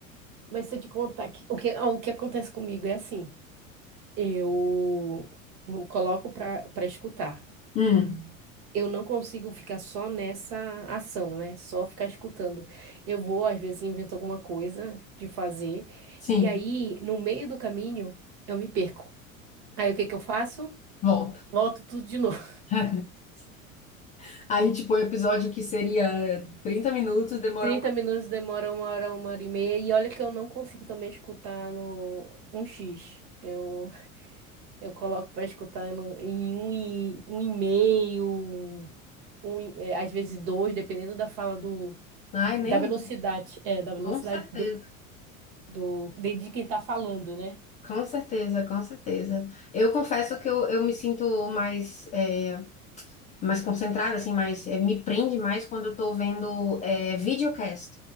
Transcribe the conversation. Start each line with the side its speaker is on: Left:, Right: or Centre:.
Right: Mas se eu te contar que, o que, ah, o que acontece comigo é assim, eu eu coloco para para escutar.
Left: Hum,
Right: eu não consigo ficar só nessa ação, né? Só ficar escutando. Eu vou, às vezes, invento alguma coisa de fazer,
Left: sim.
Right: e aí, no meio do caminho, eu me perco. Aí, o que que eu faço?
Left: Volta.
Right: Volto tudo de novo.
Left: <laughs> Aí, tipo, o episódio que seria 30 minutos
Right: <laughs>
Left: demora
Right: 30
Left: um.
Right: minutos demora uma hora, uma hora e meia, e olha que eu não consigo também escutar no um x Eu, eu coloco para escutar no- em um e, um e meio, um, um e- é, às vezes dois, dependendo da fala do,
Left: Ai, nem.
Right: da velocidade, é, da velocidade
Left: Com certeza.
Right: do de, de quem tá falando, né?
Left: Com certeza, com certeza. Eu confesso que eu, eu me sinto mais, é, mais concentrada, assim, mais, é, me prende mais quando eu tô vendo é, videocast,